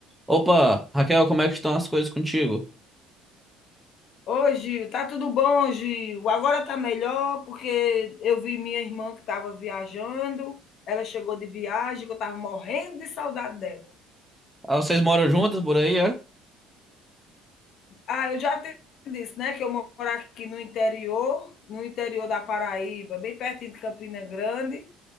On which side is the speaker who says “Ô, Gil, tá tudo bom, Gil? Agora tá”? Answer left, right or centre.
Left